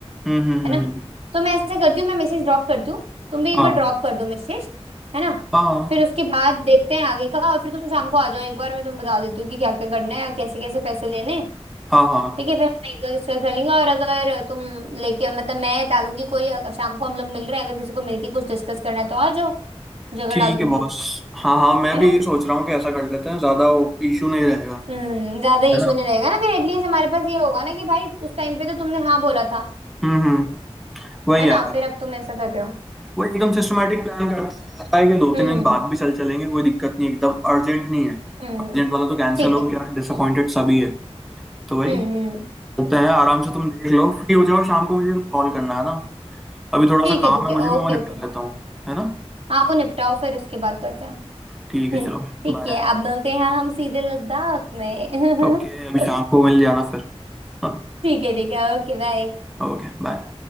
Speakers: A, in the centre; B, on the right.
A: हम्म हम्म हम्म,
B: है ना
A: हम्म,
B: तो मैं ऐसे करती हूँ मैं मैसेज ड्रॉप करती हूँ तुम भी एक
A: हाँ
B: बार ड्रॉप कर दो मैसेज है ना
A: हाँ
B: फिर उसके बाद देखते हैं आगे का और फिर तुम शाम को आ जाओ एक बार मैं तुम्हें बता देती हूँ कि क्या क्या करना है और कैसे कैसे पैसे लेने हैं।
A: हाँ हाँ
B: ठीक है फिर हम एक बार डिस्कस कर लेंगे और अगर तुम लेके मतलब मैं डालूंगी कोई अगर शाम को हम लोग मिल रहे हैं अगर किसी को मिलके कुछ डिस्कस करना है तो आ जाओ जगह
A: ठीक
B: डाल दूंगी
A: है बॉस हाँ हाँ मैं
B: है
A: भी
B: ना
A: ये
B: <laughs>
A: सोच रहा हूँ कि ऐसा कर लेते हैं ज्यादा इशू नहीं रहेगा
B: हम्म ज्यादा
A: है
B: इशू
A: ना
B: नहीं रहेगा ना फिर एटलीस्ट हमारे पास ये होगा ना कि भाई उस टाइम पे तो तुमने हाँ बोला था
A: हम्म हम्म वही
B: है ना
A: यार
B: फिर अब तुम ऐसा कर रहे हो
A: वही एकदम सिस्टमेटिक प्लान करते हैं ऐसा है कि दो
B: हम्म
A: तीन दिन बाद भी चल चलेंगे कोई दिक्कत नहीं एकदम अर्जेंट नहीं है
B: हम्म
A: अर्जेंट वाला तो कैंसिल
B: ठीक
A: हो
B: है
A: गया डिसअपॉइंटेड सभी है तो वही
B: हम्म हम्म,
A: होता है आराम से तुम देख लो फ्री हो जाओ शाम को मुझे कॉल करना है ना अभी थोड़ा
B: ठीक
A: सा
B: है
A: काम
B: ठीक
A: है
B: है
A: मुझे
B: ओके
A: मैं वो
B: ओके
A: निपटा लेता हूँ है ना
B: हाँ वो निपटाओ फिर उसके बाद करते हैं
A: ठीक
B: हम्म
A: है चलो
B: ठीक
A: बाय
B: है अब मिलते हैं हम सीधे लद्दाख में
A: ओके अभी शाम
B: <laughs>
A: को मिल जाना फिर हाँ
B: ठीक है ठीक है ओके बाय
A: Okay bye